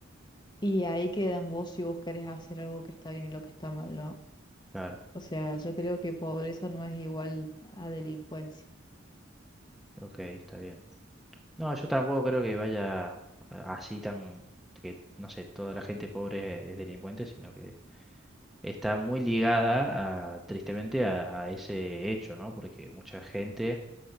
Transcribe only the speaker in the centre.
Claro,
ok, está bien. No, yo tampoco creo que vaya a- así tan, que no sé, toda la gente pobre es delincuente, sino que está muy ligada a, tristemente a, a ese hecho, ¿no? Porque mucha gente